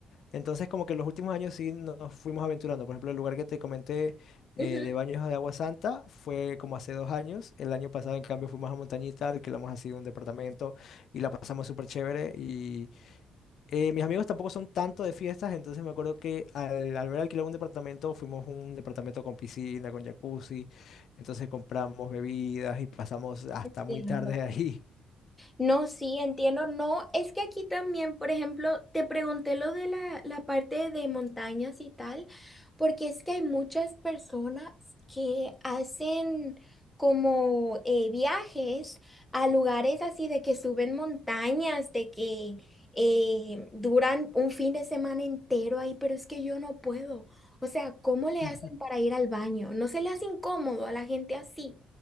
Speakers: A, on the left; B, in the centre.
A: Entonces, como que en los últimos años sí nos fuimos aventurando. Por ejemplo, el lugar que te comenté eh,
B: Ujú.
A: de baños de Agua Santa fue como hace dos años. El año pasado, en cambio, fuimos a Montañita, alquilamos así un departamento y la pasamos súper chévere. Y eh, mis amigos tampoco son tanto de fiestas, entonces me acuerdo que al, al ver alquilar un departamento, fuimos a un departamento con piscina, con jacuzzi. Entonces compramos bebidas y pasamos hasta
B: Entiendo.
A: muy tarde ahí.
B: No, sí, entiendo. No, es que aquí también, por ejemplo, te pregunté lo de la, la parte de montañas y tal, porque es que hay muchas personas que hacen como eh, viajes a lugares así de que suben montañas, de que eh, duran un fin de semana entero ahí, pero es que yo no puedo. O sea, ¿cómo le
A: <laughs>
B: hacen para ir al baño? ¿No se le hace incómodo a la gente así?